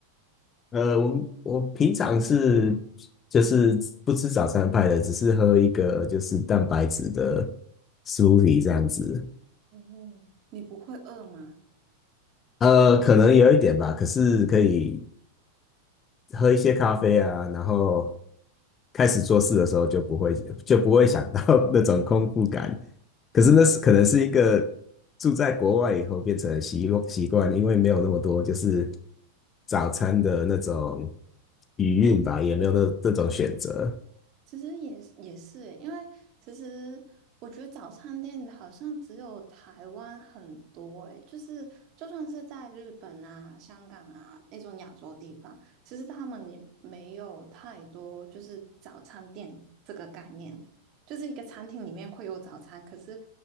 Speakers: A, on the left (about 25°); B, on the right (about 40°).
A: 呃，我们我平常是就是不吃早餐派的，只是喝一个就是蛋白质的 smoothie 这样子。
B: 嗯，你不会饿吗？
A: 呃，可能有一点吧，可是可以喝一些咖啡啊，然后开始做事的时候就不会 <laughs> 就不会想到 <laughs> 那种空腹感。可是那是可能是一个住在国外以后变成习惯习惯，因为没有那么多就是早餐的那种余韵吧，也没有那这种选择。
B: 其实也是也是欸因为其实我觉得早餐店好像只有台湾很多诶，就是就算是在日本啊、香港啊那种亚洲地方，其实他们也没有太多就是早餐店这个概念，就是一个餐厅里面会有早餐，可是